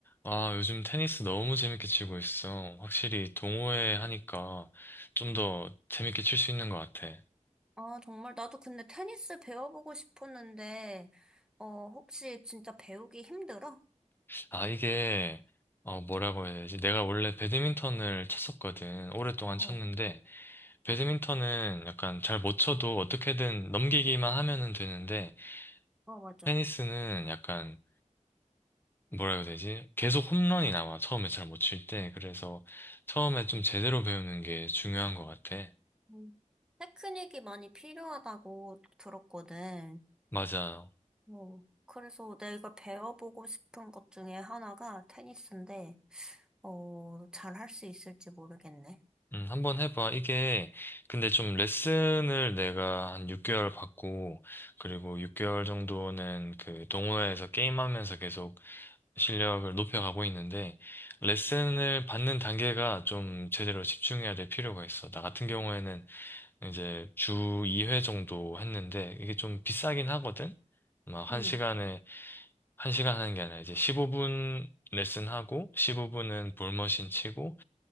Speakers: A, on the left; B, in the centre.
A: 아, 요즘 테니스 너무 재밌게 치고 있어. 확실히 동호회 하니까 좀 더 재밌게 칠 수 있는 것 같아.
B: 아, 정말. 나도 근데 테니스 배워보고 싶었는데, 어, 혹시 진짜 배우기 힘들어?
A: 아, 이게, 어, 뭐라고 해야 되지? 내가 원래 배드민턴을 쳤었거든. 오랫동안
B: 어,
A: 쳤는데, 배드민턴은 약간 잘 못 쳐도 어떻게든 넘기기만 하면은 되는데,
B: 어, 맞아.
A: 테니스는 약간, 뭐라고 해야 되지? 계속 홈런이 나와. 처음에 잘 못 칠 때. 그래서 처음에 좀 제대로 배우는 게 중요한 것 같아.
B: 음, 테크닉이 많이 필요하다고 들었거든.
A: 맞아.
B: 뭐, 그래서 내가 배워보고 싶은 것 중에 하나가 테니스인데, 어, 잘 할 수 있을지 모르겠네.
A: 음, 한번 해봐. 이게, 근데 좀 레슨을 내가 한 6개월 받고, 그리고 6개월 정도는 그 동호회에서 게임하면서 계속 실력을 높여가고 있는데, 레슨을 받는 단계가 좀 제대로 집중해야 될 필요가 있어. 나 같은 경우에는 이제 주 2회 정도 했는데, 이게 좀 비싸긴 하거든? 막
B: 응
A: 한 시간에, 한 시간 하는 게 아니라 이제 15분 레슨하고, 15분은 볼머신 치고,